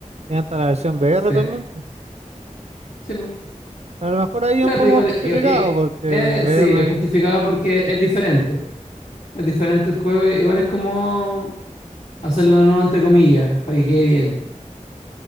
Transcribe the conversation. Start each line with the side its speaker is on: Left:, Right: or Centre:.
Right: Tiene hasta la versión VR
Left: Sí,
Right: también, po.
Left: sí, pues.
Right: A lo mejor ahí
Left: Claro,
Right: es un poco
Left: pero igual,
Right: más justificado,
Left: eh, eh,
Right: porque
Left: eh,
Right: VR,
Left: sí, es justificado porque es diferente. Es diferente el juego, igual es como hacerlo de nuevo entre comillas, para que quede bien.